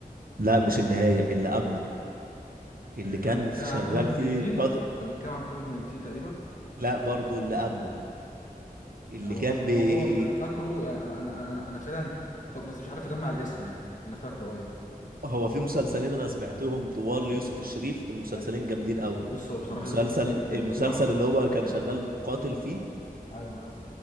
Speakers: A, on the right (about 65°); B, on the left (about 55°).
A: لا مش النهاية اللي قبله اللي
B: آه، كان
A: كان
B: بيتكلم
A: في
B: عن
A: شغال
B: كوفيد
A: فيه
B: 19
A: قاتل
B: كان بيتكلم عن كوفيد 19 تقريبا
A: لا برضو اللي قبله اللي
B: آه، وكان
A: كان
B: في
A: بي
B: رمضان انا فاكره آه، انا انا انا, أنا فعلا ف- بس مش عارف اجمع الاسم يعني انا فاكره ايوه
A: هو في مسلسلين انا سمعتهم طوال
B: مم.
A: ليوسف الشريف المسلسلين
B: أيوة.
A: جامدين قوي
B: بص هو بصراحة
A: المسلسل
B: يوسف الشريف تمثيله
A: المسلسل
B: على
A: اللي هو كان
B: ايوه
A: شغال قاتل فيه
B: ايوه